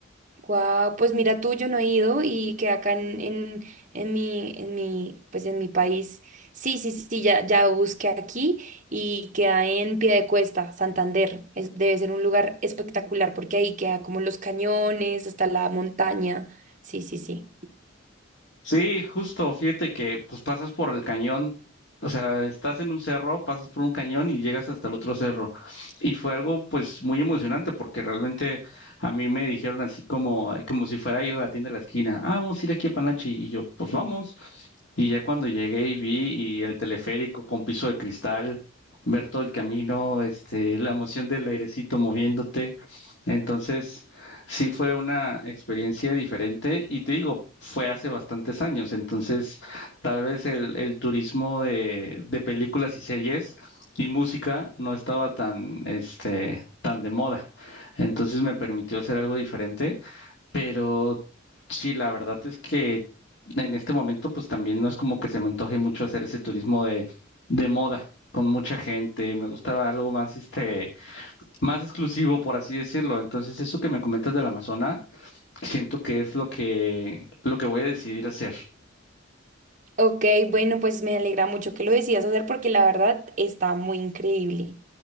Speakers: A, on the right; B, on the left.
A: Guau, pues mira tú, yo no he ido y que acá en, en, en mi, en mi, pues en mi país, sí, sí, sí, sí, ya, ya busqué aquí y queda en Piedecuesta, Santander. Es, debe ser un lugar espectacular porque ahí queda como los cañones, hasta la montaña. Sí, sí, sí.
B: Sí, justo, fíjate que pues pasas por el cañón, o sea, estás en un cerro, pasas por un cañón y llegas hasta el otro cerro. Y fue algo pues muy emocionante porque realmente a mí me dijeron así como, como si fuera a ir a la tienda de la esquina, ah, vamos a ir aquí a Panachi y yo, pues vamos. Y ya cuando llegué y vi y el teleférico con piso de cristal, ver todo el camino, este, la emoción del airecito moviéndote. Entonces, Sí, fue una experiencia diferente y te digo, fue hace bastantes años, entonces tal vez el, el turismo de, de películas y series y música no estaba tan, este, tan de moda, entonces me permitió hacer algo diferente, pero sí, la verdad es que en este momento pues también no es como que se me antoje mucho hacer ese turismo de, de moda. con mucha gente, me gustaba algo más este, más exclusivo, por así decirlo. Entonces, eso que me comentas del Amazonas, Siento que es lo que, lo que voy a decidir hacer.
A: Ok, bueno, pues me alegra mucho que lo decidas hacer porque la verdad está muy increíble.